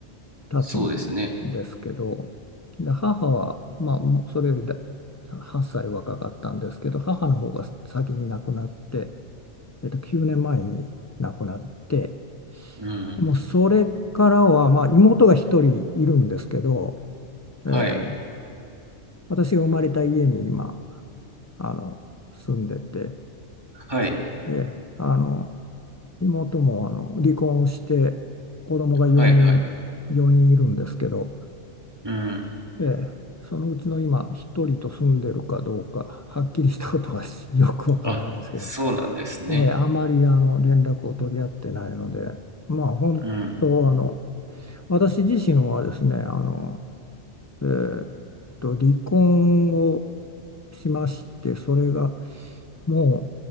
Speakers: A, on the left; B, on the right.
A: 経つん
B: そうですね。
A: ですけど、で、母は、まあ、もうそれよりだ8歳若かったんですけど、母の方が先に亡くなって、えーと、9年前に亡くなって、
B: うん。
A: でもそれからは、まあ、妹が一人いるんですけど、えー
B: はい、
A: 私が生まれた家に今あの住んでて、
B: はい、
A: えーあの妹もあの離婚をして子供が4人、
B: はい、はい。
A: 4人いるんですけど、
B: うん。
A: えーそのうちの今1人と住んでるかどうかはっきりしたことはしよくわからないですけど、
B: あ、そうなんですね。
A: えーあまりあの連絡を取り合ってないので、まあ本当あの
B: うん。
A: 私自身はですねあの、えーっと離婚をしましてそれがも